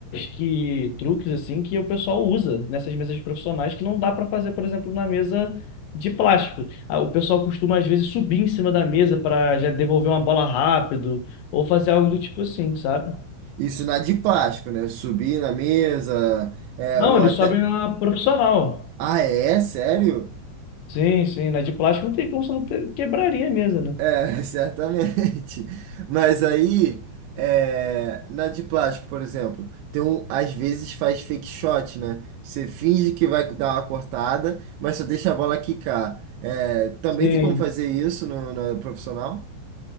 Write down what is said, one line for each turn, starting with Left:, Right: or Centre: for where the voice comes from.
Left: que, truques assim, que o pessoal usa nessas mesas profissionais que não dá para fazer, por exemplo, na mesa de plástico. Ah, O pessoal costuma às vezes subir em cima da mesa para já devolver uma bola rápido ou fazer algo do tipo assim, sabe?
Right: isso na de plástico, né? Subir na mesa, é,
Left: Não,
Right: ou
Left: eles
Right: até.
Left: sobem na profissional.
Right: Ah, é? Sério?
Left: Sim, sim, na de plástico não tem como você não ter- quebraria a mesa, né?
Right: É, <laughs> certamente. Mas aí, é, na de plástico, por exemplo, tem um, às vezes faz fake shot, né? Você finge que vai dar uma cortada, mas só deixa a bola quicar. É, também
Left: Sim.
Right: tem como fazer isso no, na profissional?